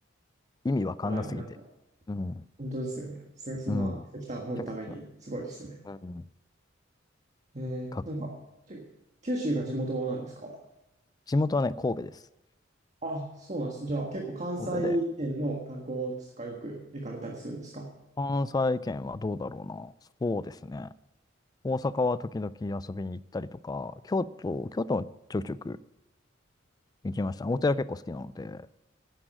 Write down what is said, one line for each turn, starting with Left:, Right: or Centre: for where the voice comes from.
Left: 意味わかんなすぎて。
Right: はい、なんか、
Left: うん。
Right: 本当ですよね。そ、そんな石炭掘るために、
Left: うん。めちゃくちゃ。
Right: すごいですよね。
Left: うん。
Right: えー、
Left: か、
Right: なんか、ちょ九州が地元なんですか
Left: 地元はね、神戸です。
Right: あ、そうなんですね。じゃあ、結構関西圏の観光地とかよく行かれたりするんですか
Left: 神戸で。関西圏はどうだろうな。そうですね。大阪は時々遊びに行ったりとか、京都、京都もちょくちょく行きました。お寺結構好きなので、